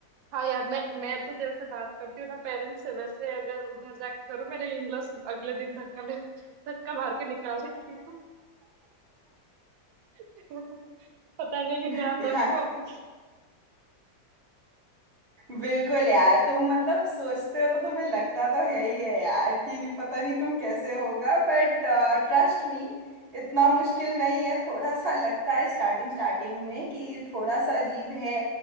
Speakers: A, on the right (about 80°); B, on the right (about 40°).
A: हाँ यार मैं मैं तो जैसे बात करती हूँ ना पेरेंट्स से वैसे अगर उधर जाके करूँ मेरे इनलॉस अगले दिन धक्का ले धक्का मार के निकाल देंगे <laughs> पता नहीं कि
B: <laughs>
A: ध्यान रख
B: हाँ
A: पाऊंगी
B: बिल्कुल यार तुम मतलब सोचते हो तो तुम्हें लगता तो है ही है यार कि पता नहीं तुम कैसे होगा बट ट्रस्ट मी इतना मुश्किल नहीं है थोड़ा सा लगता है स्टार्टिंग स्टार्टिंग में कि थोड़ा सा अजीब है